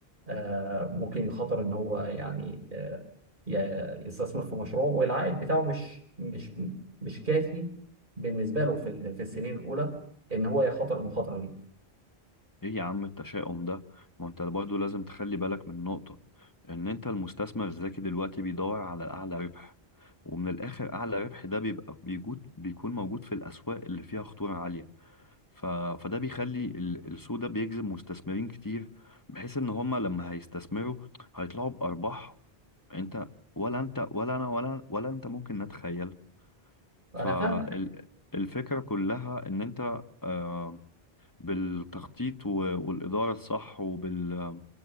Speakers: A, on the right; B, on the left.
A: آه، ممكن يخاطر ان هو يعني آه، ي- يستثمر في مشروع والعائد بتاعه مش مش مش كافي بالنسبه له في ال- في السنين الاولى ان هو يخاطر المخاطره دي
B: ايه يا عم التشاؤم ده ما انت برضه لازم تخلي بالك من نقطة ان انت المستثمر الذكي دلوقتي بيدور على الاعلى ربح ومن الاخر اعلى ربح ده بيبقى بيجود بيكون موجود في الاسواق اللي فيها خطورة عالية ف... فده بيخلي ال- السوق ده بيجذب مستثمرين كتير بحيث ان هما لما هيستثمروا هيطلعوا بارباح انت ولا انت ولا انا ولا ولا انت ممكن نتخيل
A: انا
B: فالفكرة
A: فاهمك
B: كلها ان انت آه، بالتخطيط و- والإدارة الصح وبال